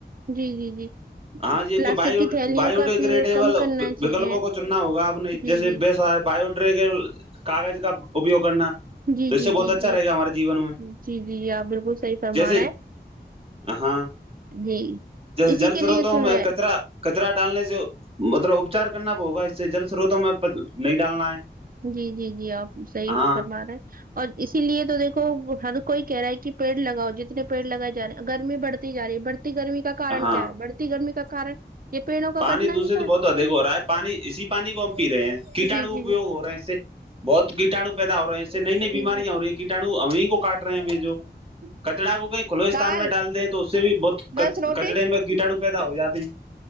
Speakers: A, on the right (about 55°); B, on the right (about 30°).
A: جی جی جی
B: ہاں جی
A: پلاسٹک
B: کہ ب
A: کی تھیلیوں
B: بیوڈیگریڈیبل
A: کا پریوگ کم کرنا چاہیے
B: وکلپوں کو چننا ہوگا آپ نے
A: جی
B: جیس
A: جی
B: بس باڈ کاغذ کا اپیوگ کرنا
A: جی
B: تو اس
A: جی
B: سے بہت
A: جی
B: اچھا
A: جی
B: رہے گا ہمارے جیون میں
A: جی جی جی آپ بالکل صحیح فرما
B: جیسے
A: رہے ہیں
B: ہاں
A: جی
B: جیسے
A: اسی
B: جل
A: کے
B: سروتوں
A: لیے تو
B: میں
A: ہے
B: کچرا کچرا ڈالنے سے مطلب اپچار کرنا پگا اس سے جل سروتوں میں نہیں ڈالنا ہے
A: جی جی جی آپ صحیح
B: ہاں
A: فرما رہے ہیں اور اسی لیے تو دیکھو ہر کوئی کہہ رہا ہے کہ پیڑ لگاؤ جتنے پیڑ لگائے ج رہے ہیں گرمی بڑھ تی جا رہی ہے بڑھتی گرمی کا کن
B: ہاں
A: کیا ہے بڑتی گرمی کا کارن یہ پیڑوں کا
B: پانی
A: کٹنا
B: دوسرے
A: ہی
B: تو
A: تھا
B: بہت ادھک ہو رہا ہے پانی اسی پانی کو ہم پی رہے ہیں کیٹاڑو
A: جی جی
B: اپیوگ
A: جی
B: ہو رہے ہیں اس سے بہت کٹاو پیدا ہو رہے ہیں اسس سے نئی نئی بیماریاں
A: جی
B: ہو رہی ہیں کٹاو ہمیں کو کاٹ رہے ہیں جو
A: جی
B: کچرا کو کہیں کھلو استان
A: دال
B: میں ڈال دیں تو اس سے بھی بہت
A: بس روٹی
B: کچڑے میں گٹا ڈوبہے تو ہو جای